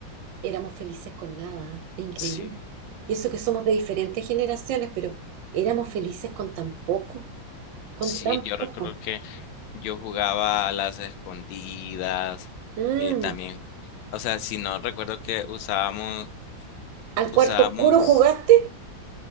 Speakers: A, on the right; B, on the left.
A: Éramos felices con nada, ¿eh? es increíble.
B: Sí,
A: Y eso que somos de diferentes generaciones, pero éramos felices con tan poco, con
B: sí,
A: tan
B: yo recuerdo
A: poco.
B: que yo jugaba a las escondidas,
A: Mm.
B: eh, también, o sea, si no recuerdo que usábamos,
A: ¿Al
B: usábamos,
A: cuarto oscuro jugaste?